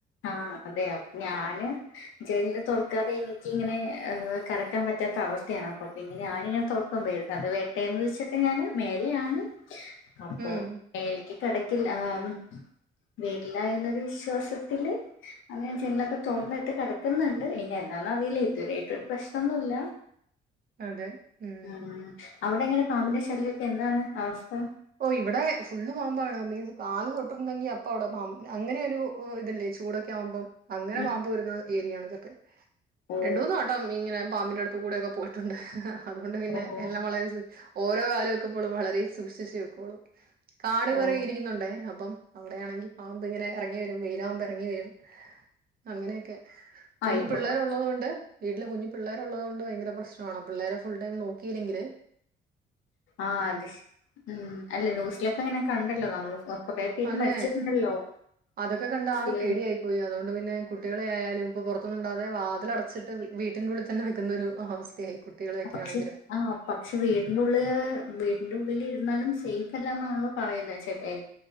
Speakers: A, on the left (about 80°); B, on the right (about 50°).
A: ആഹ്‌ അതെയഅപ്പ്ഞാന് ജന്ല് തൊറക്കാതെ എനിക്ക് ഇങ്ങനെ കടക്കാൻ പറ്റാത്ത അവസ്ഥയാണ് അപ്പൊ പിന്നെ ഞാനിങ്ങനെ തൊ പ്പമ്പരും അത് വേട്ടേന്ന് വെച്ചിട്ട്ഞാന് മേലെയാണ് അപ്പോമെൽക്ക്കടക്കില്ല
B: ഉം
A: ആഹ്‌ വീട്ടീലായന്നൊരു വിശ്വാസം ത്തില് അത്ഞാൻ ജൻലൊക്കെ തൊറന്നിട്ട് കടക്കുന്നുണ്ട് ഇനിഎന്താന്നറിയില്ല ഇതുവെരായിട്ടൊരു പ്രശ്നംന്നുല്ല
B: അതെ ഉം
A: ആഹ്‌ അവിടെങ്ങനെ പാമ്പിന്റെശല്ലിയൊക്കെന്താണ് അവസ്ഥ?
B: ഓഇവിടെ ഫുള്ള്പാമ്പാണ് മീൻസ് കാല്തൊട്ട്ഉർണ്ടെങ്കിഅപ്പവിടെപാമ്പ് അങ്ങനെയൊരു ഓതല്ലേ ചൂടൊക്കെയാവുമ്പം അങ്ങനെപാമ്പ്
A: ഉം
B: വരുന്നത്ഏരിയാണ് ഇതൊക്കെ
A: ഓ
B: രണ്ട്മൂന്ന് വട്ടം ഇങ്ങനെപാമ്പിന്റെ അട് ത്ത്കൂടെക്കെപോയിട്ടുണ്ട് അത്കൊണ്ട്പിന്നെ
A: ഓ
B: എല്ലാംവളരെസ്സ് ഓരോകാല് വെക്കുമ്പോളും വളരെസൂക്ഷിച്ച് കോളു കാട്കേറി
A: ഓ
B: ഇര്ക്കുന്നുണ്ടേ അപ്പം അവ്ടെയാണങ്കി പാമ്പ്ഇങ്ങനെ അറങ്ങിവരും വെയിലാവുമ്പൊഎറങ്ങിവരും അങ്ങനെയൊക്കെ
A: ആ
B: കുഞ്ഞ്പിള്ളേര്ഉള്ളത്കൊണ്ട്
A: ഇപ്പൊ കൊ-
B: വീട്ടില് കുഞ്ഞുപിള്ളേര് ഉള്ളത്കൊണ്ട് ഭയരപ്രശ്നാണ് പിള്ളേരെഫുൾംടൈ നോക്കയില്ലെങ്കില്
A: ആഹ്‌ അത്ശ് ഉം അല്ല ന്യൂസിലേക്കെങ്ങനെകണ്ടല്ലോനമ്മൾ കൊറേ പേര്
B: അതെ
A: മരിച്ചിട്ടുണ്ടല്ലോ
B: അതൊക്കെ കണ്ട്
A: ന്യൂസില്
B: ആകെ പേടിയായിപോയി അതോണ്ട്പിന്നെ കു കുട്ടിയെളെയായാലും ഇപ്പോൾ പുറത്തൊന്നും വിടാതെ വാതിലടച്ചിട്ട് വി വീട്ടൻ്റെ ഉള്ളിൽ തന്നെ വെക്കുന്ന ഒരു അവസ്ഥയായി കുട്ടികളെയൊക്കെ
A: പക്ഷെ
B: ആണെങ്കില്
A: ആഹ് പക്ഷെ വീട്ന്റെഉള്ളില് വീട്ട്ന്റെഉള്ളിലിരുന്നാലും സേയ്ഫ്അല്ല എന്നാണല്ലോ പറയുന്നെ ചെലര്